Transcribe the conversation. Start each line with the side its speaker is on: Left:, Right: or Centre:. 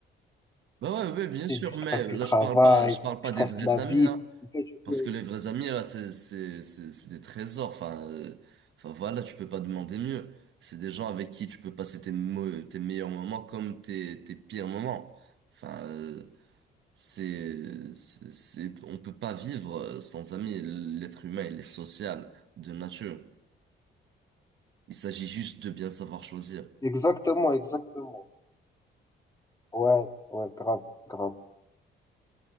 Right: Bah ouais, ouais, bien sûr,
Left: du stress
Right: mais là
Left: du travail,
Right: je parle pas je parle pas
Left: du stress
Right: des vrais
Left: de la vie.
Right: amis, hein.
Left: En fait, je
Right: Parce
Left: veux-
Right: que les vrais amis, là, c'est, c'est, c'est, c'est des trésors. Enfin, euh, enfin, voilà, tu peux pas demander mieux. C'est des gens avec qui tu peux passer tes, mo- tes meilleurs moments comme tes, tes pires moments. Enfin, euh, c'est, c'est, c'est- on peut pas vivre euh, sans amis. L'être humain, il est social de nature. Il s'agit juste de bien savoir choisir.
Left: Exactement, exactement. Ouais, ouais, grave, grave.